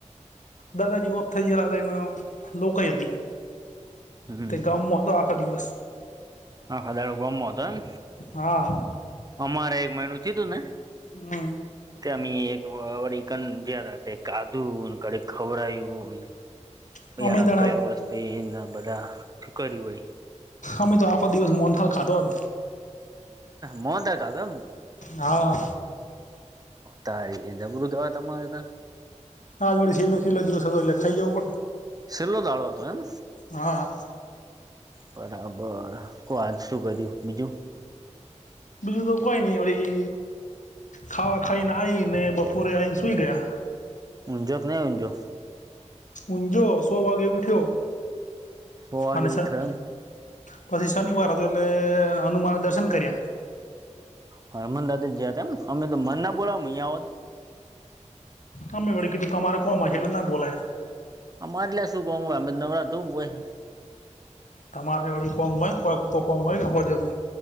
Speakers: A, on the left; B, on the right.
A: દાદાજી ઓફ થઈ ગયેલા હતા એની લોકઈ હતી
B: હમ
A: તે ગામમાં હતો આખા દિવસ
B: આખો દાળો ગોમ માં હતો એમ
A: હા
B: અમારે એક મએણું થયુ તું ને
A: હમ્મ.
B: તેમ એક વડીકન જે હતા તે કાદન કડી ખવરાઈ.
A: <inaudible>
B: રંગ
A: તણા
B: કરયા વસ્તુને બધા છુકરી હોય.
A: અમે તો આખો દિવસ મોહનથાળ <unintelligible>
B: મોહનથાળ ખાધો એમ.
A: હા.
B: ઓ તારી એ બધું કેવાય તમારે ત્યાં.
A: આજ વડી શીલો ખીલો દિવસ એટલે ખાઈ જવ પડે
B: છેલ્લો દાડો હતો એમ
A: હા.
B: બરાબર કોલ શું કર્યું બીજું.
A: બીજું તો કોઈ નઈ ઓળી ખાવા ખાઈ ને આઈ ને બપોરે આવીઈને સુૂઈ ગયા.
B: ઊજો કે નહીં ઊજો.
A: ઊંજો સો વાગે ઉઠ્યો
B: સો વાગે
A: અને સાહે
B: ઉઠે એમ
A: પછી શનિવાર હતો એટલે હનુમાન દર્શન કર્યા.
B: હરમન દાદ જયા હતા એમ અમે તો મન ના બોલા અહીંયા હોત.
A: હમે બડી કીધું તમારે કોમાંછેલ એટલે ના બોલાયા.
B: આ મારેયા શું કો હોય અ નવરા તું હોય.
A: તમારે અળડી કોમ હોય કોક તો કોમ હોય હોવાજ હતું.